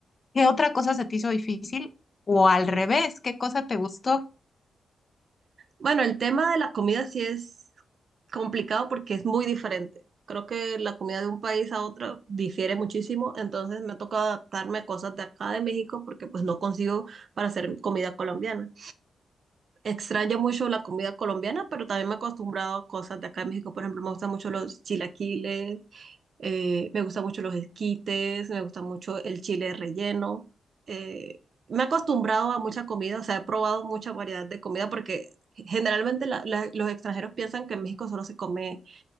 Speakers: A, on the left; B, on the right.
A: ¿qué otra cosa se te hizo difícil? O al revés, ¿qué cosa te gustó?
B: Bueno, el tema de la comida sí es complicado porque es muy diferente. Creo que la comida de un país a otro difiere muchísimo, entonces me ha tocado adaptarme a cosas de acá de México porque pues no consigo para hacer comida colombiana. Extraño mucho la comida colombiana, pero también me he acostumbrado a cosas de acá de México. Por ejemplo, me gustan mucho los chilaquiles, eh, me gustan mucho los esquites, me gusta mucho el chile relleno. Eh, me he acostumbrado a mucha comida, o sea, he probado mucha variedad de comida porque generalmente la- la- los extranjeros piensan que en México solo se come